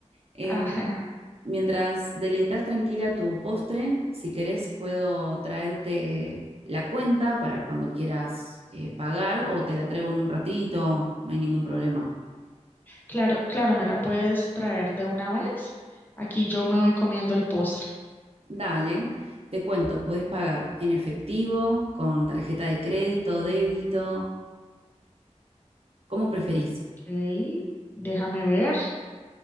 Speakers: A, on the right; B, on the left.
A: Em,
B: Ajá,
A: mientras deleitas tranquila tu postre, si querés puedo traerte la cuenta para cuando quieras eh, pagar o te la traigo en un ratito, no hay ningún problema.
B: <laughs> Claro, claro, me la puedes traer de una vez. Aquí yo me voy comiendo el postre.
A: Dale, te cuento, podés pagar en efectivo, con tarjeta de crédito, débito, como preferís.
B: Ok, déjame ver.